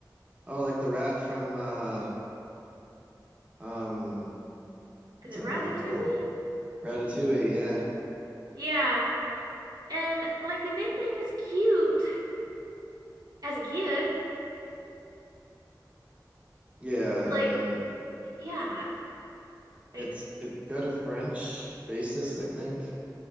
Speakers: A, on the right; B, on the right.
A: Oh, like the rat from uh um what's
B: Is it
A: that
B: Ratatouille?
A: movie called? Ratatouille, yeah.
B: Yeah. And like the nickname is cute as a kid.
A: Yeah,
B: Like,
A: and then
B: yeah. I-
A: it's it's got a French basis, I think.